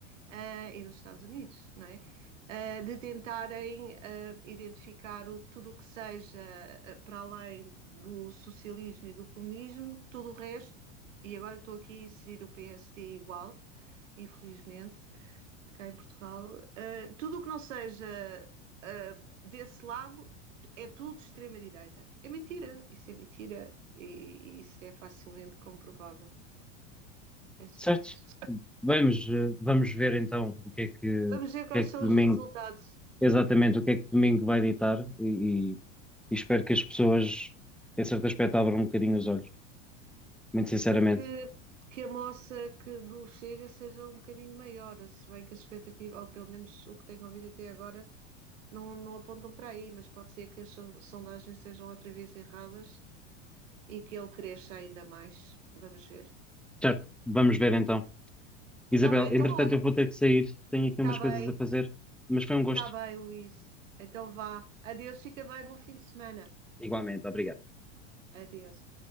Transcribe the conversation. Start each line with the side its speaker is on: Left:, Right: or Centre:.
Right: ah, e nos Estados Unidos, não é? Ah, de tentarem ah, identificar o- tudo o que seja ah, para além do socialismo e do comunismo, tudo o resto, e agora estou aqui a inserir o PSD igual, infelizmente, cá em Portugal, ah, tudo o que não seja ah, desse lado é tudo extrema-direita. É mentira, isso é mentira e, e isso é facilmente comprovável. É só
Centre: Certo.
Right: isso.
Centre: Vamos, eh, vamos ver então o que é que,
Right: Vamos
Centre: o
Right: ver quais
Centre: que é que
Right: são
Centre: domingo,
Right: os resultados.
Centre: exatamente o que é que domingo vai ditar e, e- e espero que as pessoas, em certo aspecto, abram um bocadinho os olhos, muito sinceramente.
Right: E espero que, que a moça que do Chega seja um bocadinho maior, se bem que as expectativas, ou pelo menos o que tenho ouvido até agora, não, não apontam para aí, mas pode ser que as so- sondagens estejam outra vez erradas e que ele cresça ainda mais. Vamos ver.
Centre: Certo, vamos ver então. Isabel,
Right: Está bem,
Centre: entretanto,
Right: então olha.
Centre: eu vou ter que sair, tenho aqui
Right: Está
Centre: umas
Right: bem,
Centre: coisas a fazer, mas foi um gosto.
Right: está bem, Luís. Então vá. Adeus, fica bem, bom fim de semana.
Centre: Igualmente, obrigado.
Right: Adeus.